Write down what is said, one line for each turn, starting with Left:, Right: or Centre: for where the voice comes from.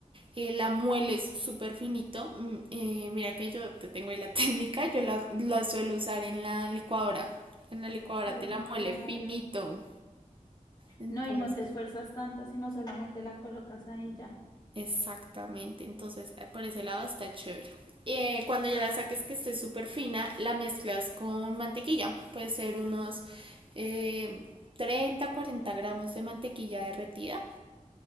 Right: Eh, la mueles súper finito. Mm, eh, mira que yo te tengo ahí la <laughs> técnica, yo la, la suelo usar en la licuadora. En la licuadora
Left: Uy,
Right: te la muele
Left: claro.
Right: finito. Entonces,
Left: No, y no te esfuerzas tanto, sino solamente la colocas ahí ya.
Right: Exactamente, entonces eh, por ese lado está chévere. Eh, cuando ya la saques que esté súper fina, la mezclas con mantequilla. Puede ser unos eh, 30, 40 gramos de mantequilla derretida.